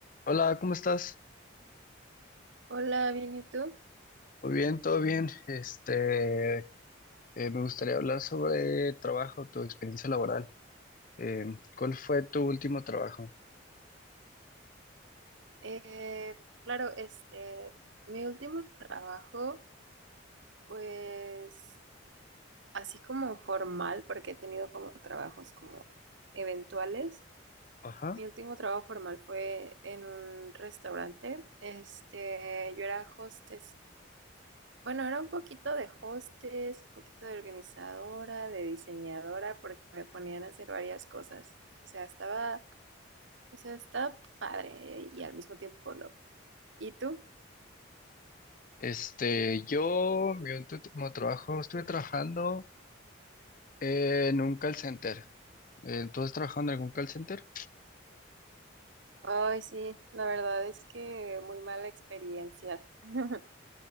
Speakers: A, on the left; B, on the right.
A: Hola, ¿cómo estás?
B: Hola, bien, ¿y tú?
A: Muy bien, todo bien. Este, eh, me gustaría hablar sobre trabajo, tu experiencia laboral. Eh, ¿cuál fue tu último trabajo?
B: Eh, claro, este, mi último trabajo, pues, así como formal, porque he tenido como trabajos como eventuales.
A: Ajá.
B: Mi último trabajo formal fue en un restaurante. Este, yo era hostess. Bueno, era un poquito de hostess, un poquito de organizadora, de diseñadora, porque me ponían a hacer varias cosas. O sea, estaba, o sea, estaba padre y al mismo tiempo no. ¿Y tú?
A: Este, yo, mi último trabajo, estuve trabajando en un call center. Eh, ¿tú has trabajado en algún call center?
B: Ay, sí, la verdad es que muy mala experiencia. <laughs>